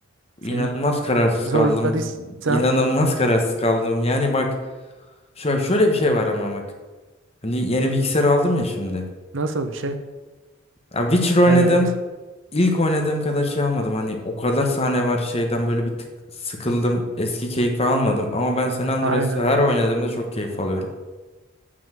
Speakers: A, on the right (about 75°); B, on the left (about 30°).
A: Seni
B: İnanılmaz kararsız
A: zorladıysam
B: kaldım. İnanılmaz kararsız kaldım. Yani bak şöyle, şöyle bir şey var ama bak. Hani yeni bilgisayar aldım ya şimdi.
A: nasıl bir şey?
B: Ya Witcher oynadım.
A: Evet.
B: İlk oynadığım kadar şey almadım. Hani o kadar sahne var şeyden böyle bir tık sıkıldım. Eski keyfi almadım. Ama ben San Andreas'ı
A: Aynen.
B: her oynadığımda çok keyif alıyorum.